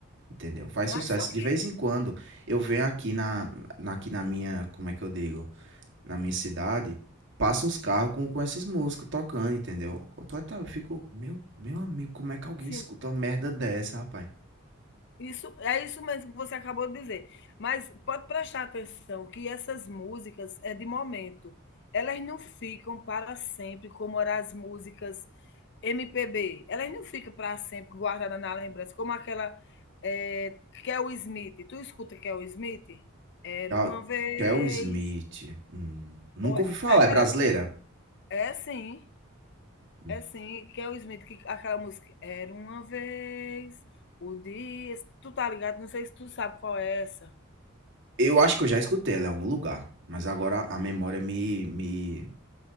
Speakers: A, on the right; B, on the left.
A: Entendeu? Faz
B: mas
A: sucesso.
B: só que
A: De vez em quando eu venho aqui na, na- aqui na minha, como é que eu digo? Na minha cidade, passam uns carros com, com essas músicas tocando, entendeu? Completamente. Eu fico, meu, meu amigo, como é que alguém
B: sim,
A: escuta uma merda dessa, rapaz?
B: Isso é isso mesmo que você acabou de dizer. Mas pode prestar atenção que essas músicas é de momento. Elas não ficam para sempre, como eram as músicas MPB. Elas não ficam para sempre guardadas na lembrança, como aquela é Kel Smith. Tu escuta Kel Smith? Era
A: Cal-
B: uma vez.
A: Kel Smith. hum, Nunca
B: Olhe,
A: ouvi falar,
B: aquela.
A: é brasileira?
B: É sim,
A: Hum.
B: é sim. Kel Smith, que, aquela música. Era uma vez. O dia. Tu tá ligado? Não sei se tu sabe qual é essa.
A: Eu acho que eu já escutei ela em algum lugar, mas agora a memória me, me...